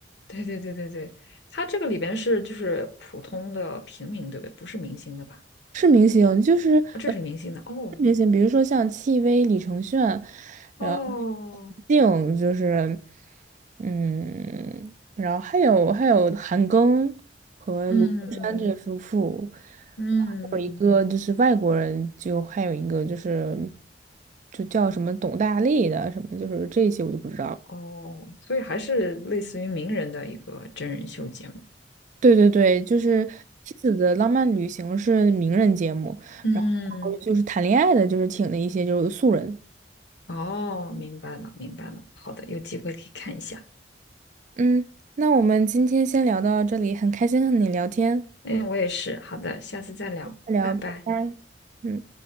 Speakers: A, on the left; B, on the right.
A: 对对对对对，他这个里边是就是普通的平民，对不对？不是明星的吧？
B: 是明星，就是呃，
A: 哦这是明星的哦
B: 明星，比如说像戚薇、李承铉，然后胡静，
A: 哦。
B: 就是嗯，然后还有还有韩庚和卢靖姗这夫妇，
A: 嗯嗯，
B: 然后还有一个就是外国人，就还有一个就是就叫什么董大力的什么，就是这些我就不知道了
A: 哦，所以还是类似于名人的一个真人秀节目。
B: 对对对，就是《妻子的浪漫旅行》是名人节目，
A: 嗯，
B: 然后就是谈恋爱的，就是请的一些就是素人。
A: 哦，明白了，明白了。好的，有机会可以看一下。
B: 嗯，那我们今天先聊到这里，很开心和你聊天，
A: 哎，我也是。好的，下次再聊，
B: 再聊，
A: 拜拜。
B: 拜拜。嗯。